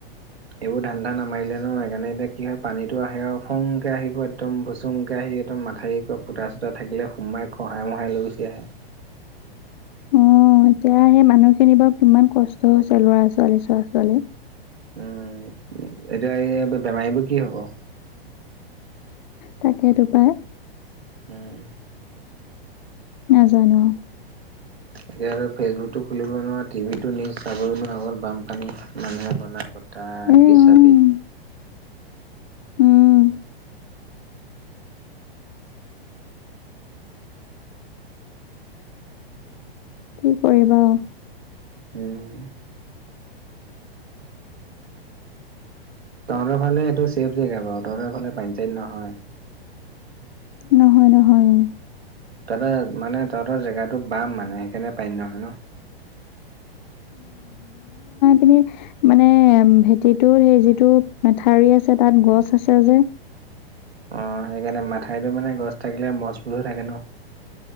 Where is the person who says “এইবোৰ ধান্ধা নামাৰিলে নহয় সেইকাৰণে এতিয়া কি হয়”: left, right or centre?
Right